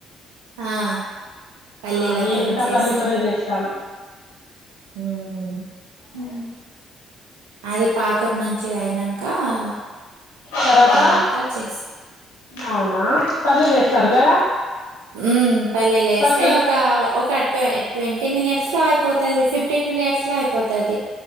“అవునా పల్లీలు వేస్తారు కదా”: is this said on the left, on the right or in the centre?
Left